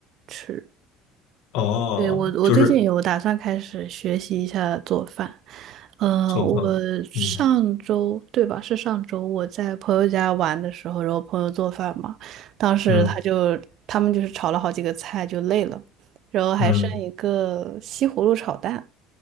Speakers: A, on the right; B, on the left.
A: 吃。
B: 哦，
A: 对，我，我最近有打算开始学习一下做饭。
B: 就是
A: 呃，
B: 做饭，
A: 我上周，
B: 嗯
A: 对吧？是上周我在朋友家玩的时候，然后朋友做饭嘛，当时他就他们就是炒了好几个菜，
B: 嗯
A: 就累了，然后还剩一个西葫芦炒蛋。
B: 嗯